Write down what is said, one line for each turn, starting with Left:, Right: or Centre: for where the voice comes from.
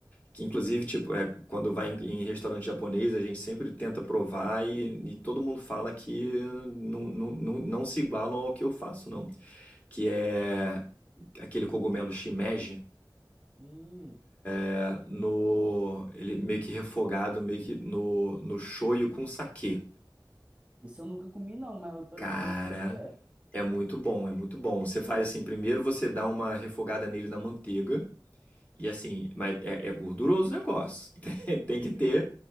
Left: Que inclusive, tipo, é, quando vai em, em restaurante japonês, a gente sempre tenta provar e, e todo mundo fala que não, não, não, não se igualam ao que eu faço, não. Que é aquele cogumelo shimeji,
Right: Hum,
Left: é, no, ele meio que refogado, meio que no, no shoyu com saquê.
Right: esse eu nunca comi não, mas eu, tô,
Left: Cara,
Right: lig- eu sei o que que é.
Left: é muito bom, é muito bom. Você faz assim, primeiro você dá uma refogada nele na manteiga, E assim, mas é, é gorduroso o negócio. <laughs> Tem, tem que ter,